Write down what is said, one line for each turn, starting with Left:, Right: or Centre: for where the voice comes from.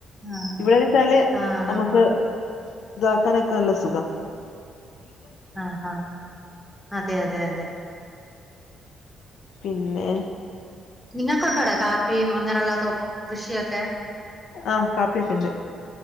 Centre: ആഹ്
Left: ഇവിടെന്നച്ചാല്
Centre: ആഹ്
Left: നമുക്ക്
Centre: ആഹ്
Left: ഇതാക്കാൻ നൊക്കാ നല്ല സുഖ.
Centre: ആഹ് ആഹ് അതെ അതെ അതെ.
Left: പിന്നെ.
Centre: നിങ്ങക്കുണ്ടോടാ കാപ്പിയും അങ്ങനെയുള്ള തോ കൃഷിയൊക്കെ.
Left: ആഹ് കാപ്പിയൊക്കെണ്ട്.